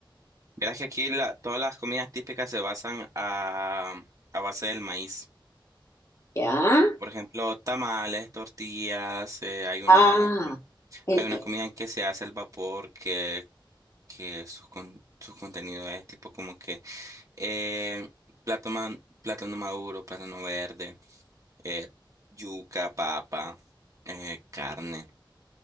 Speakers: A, on the right; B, on the left.
A: vieras que aquí la- todas las comidas típicas se basan a, a base del maíz.
B: ¿Ya?
A: Por ejemplo, tamales, tortillas, eh, hay una,
B: Ah, el-
A: hay una comida que se hace al vapor que, que sus con- su contenido es tipo como que eh, plátano, ma- plátano maduro, plátano verde. eh, yuca, papa, eh, carne